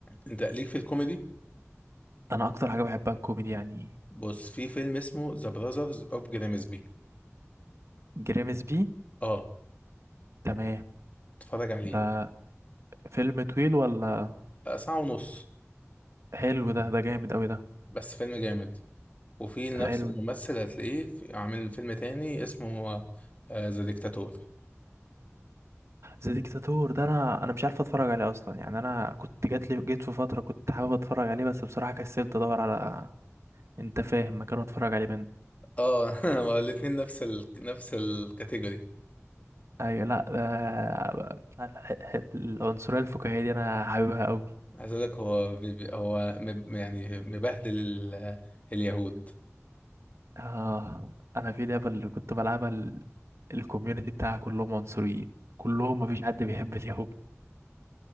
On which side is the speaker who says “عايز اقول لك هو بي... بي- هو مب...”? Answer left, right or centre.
Left